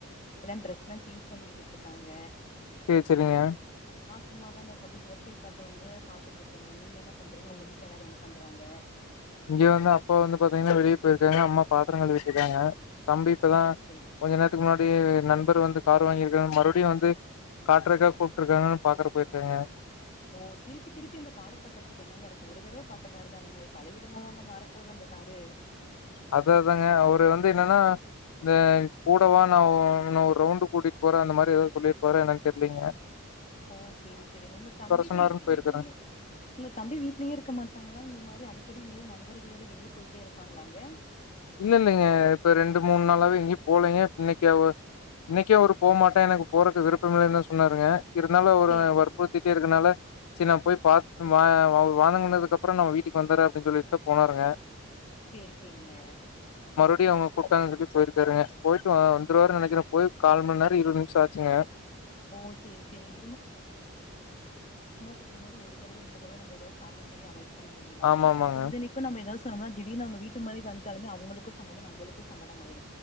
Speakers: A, on the left; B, on the left.
A: எல்லா டிரெஸ்ல்லா சேஞ்ச் பண்ணி விட்டுருக்காங்க
B: சேரி சேரிங்க
A: சும்மாதாங்க இருக்க அப்டே இயற்கை காத்த வந்து பாத்துட்டு இருக்கேங்க நீங்க என்ன பண்றீங்க உங்க வீட்ல எல்லாரு என்ன பண்றாங்க
B: இங்க வந்து அப்பா வந்து பாத்தீங்கன்னா வெளிய போயிருக்காங்க அம்மா பாத்தரோ கழுவிட்ருக்காங்க தம்பி இப்பதா
A: சேரி சேரி
B: கொஞ்ச நேரத்துக்கு முன்னாடி நன் பர் வந்து கார் வாங்கிருக்கர மறுபடியு வந்து காட்றக்கா கூப்ட்ருக்கானு பாக்குற போயிருக்காங்க
A: ஓ திருப்பி திருப்பி அந்த கார பாக்கறத்துக்கு என்னங்க இருக்கு ஒரு தடவ பாத்தக்காருதானங்க பல விதமாவாங்க மாறப்போது அந்த காரு
B: அதா அதாங்க அவரு வந்து என்னன்னா இந்த கூடவா நா ஒ ஒன்ன ஒரு ரவுண்டு கூட்டிட்டு போற அந்த மாரி ஏதாவது சொல்லிருபாரா என்னன்னு தெரியலீங்க
A: ஓ சேரி சேரிங்க உங்க தம்பி
B: சொன்னாருன்னு
A: வந்துட்டு
B: போயிருக்காருங்க
A: வீட்லயே உங்க தம்பி வீட்லயே இருக்க மாட்டாங்களா இங்க மாரி அடிக்கடி இங்யாது நண்பர்களோட வெளிய போயிட்டே இருப்பாங்களாங்க
B: இல்ல இல்லைங்க இப்ப ரெண்டு மூணு நாளாவே எங்கயு போலேங்க இன்னைக்கு அவ இன்னைக்கு அவரு போ மாட்ட எனக்கு போறக்கு விருப்பமே இல்லனு சொன்னாருங்க இருந்தாலு அவரு
A: சேரி சேரிங்க
B: வற்புறுத்திட்டே இருக்கனால சேரி நா போய் பாத் வா அவரு வாங்கங்கனதுக்கு அப்புறோ நா வீட்டுக்கு வந்தற அப்டின்னு சொல்லிட்டு தா போனாருங்க
A: சேரி சேரிங்க
B: ப்டி அவுங்க கூப்டாங்க சொல்லி போயிருக்காருங்க போயிட்டு வா வந்துருவார்னு நினைக்கற போய் கால்ம நேரோ இருவது நிம்ஷோ ஆச்சுங்க
A: ஓ சேரி சேரிங்க கூப்டும் போது ஒரு தடவ ரெண்டு தடவ நம்ம எதயாது சாக்க சொல்லி அவாய்ட் பண்ண முடியலா
B: ஆமாமாங்க.
A: பொழுதுைக்கு நம்ம எதாது சொ சொன்னோம்னா திடீர்னு அவுங்க வீட்டு மாரி வன்டாலுமே அவங்களுக்கு சங்கடோ நம்மளுக்கு சங்கடம் ஆயிரு